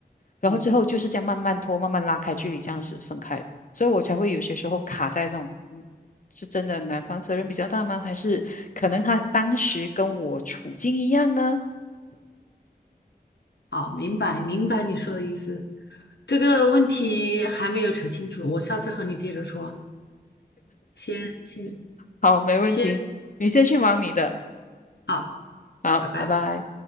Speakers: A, on the left (about 50°); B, on the left (about 90°).
A: 然后之后就是这样慢慢拖，
B: 嗯。
A: 慢慢拉开距离，这样子分开。所以我才会有些时候卡在这种，嗯，是真的男方责任比较大吗？还是可能他当时跟我处境一样呢？
B: 好，明白明白你说的意思。这个问题还没有扯清楚，我下次和你接着说。先先
A: 好，没问题，
B: 先，
A: 你先去忙你的，
B: 好，
A: 好，
B: 拜拜。
A: 拜拜。